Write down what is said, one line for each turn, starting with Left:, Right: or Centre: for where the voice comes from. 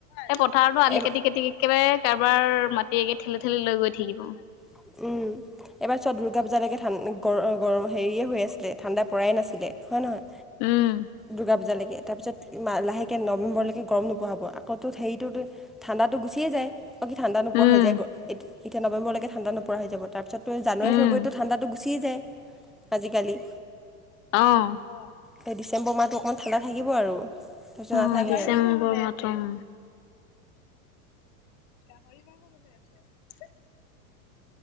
Left: এই পথাৰতো আলি
Centre: এই
Left: কাটি কটি একেবাৰে কাৰোবাৰ মাটি ঠেলি ঠেলি লৈ গৈ থাকিব
Centre: উম। এইবাৰ চোৱা দুৰ্গা পূজালৈকে ঠাণ্ গৰ-গৰম হেৰিয়ে হৈ আছিলে ঠাণ্ডা পৰাই নাছিলে হয় নহয়।
Left: উম,
Centre: দুৰ্গাপূজা লেকে এ তাৰপিছত লাহেকে নৱেম্বৰলৈকে গৰম নোপোৱা হ'ব, আকৌতো হেৰিটোত ঠাণ্ডাটো গুচিয়ে যায়। অকি ঠাণ্ডা নোপোৱা
Left: উম।
Centre: হৈ যায় এতিয়া নৱেম্বৰলৈকে ঠাণ্ডা নো হৈ যাব তাৰপিছতো জানুৱাৰী
Left: উম,
Centre: ফেব্ৰুৱাৰীতটো ঠাণ্ডাটো গুচিয়ে যায় আজিকালি।
Left: অ'।
Centre: এই ডিচেম্বৰ মাহটো অকণমান ঠাণ্ডা থাকিব আৰু। তাৰপিছত
Left: উ,
Centre: নাথাকে
Left: ডিচেম্বৰ
Centre: আৰু
Left: মাহটো উ। <unintelligible>